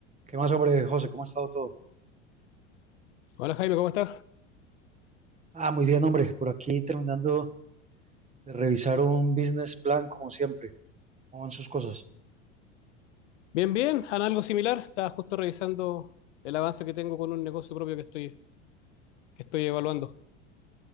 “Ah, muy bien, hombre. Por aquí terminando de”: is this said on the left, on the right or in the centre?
Right